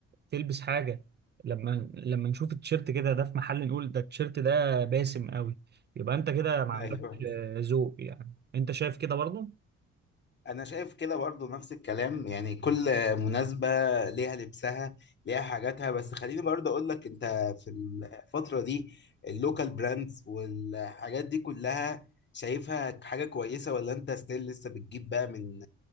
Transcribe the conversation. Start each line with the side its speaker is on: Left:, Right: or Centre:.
Right: تلبس حاجة لما لما نشوف التيشيرت كده ده في محل نقول ده التيشيرت ده باسم قوي يبقى انت كده ما عندكش
Left: ايوه
Right: آه، ذوق يعني انت شايف كده برضه
Left: انا شايف كده برضو نفس الكلام يعني كل مناسبة ليها لبسها ليها حاجاتها بس خليني برضو اقول لك انت في الفترة دي اللوكال براندز والحاجات دي كلها شايفها حاجة كويسة ولا انت ستيل لسه بتجيب بقى من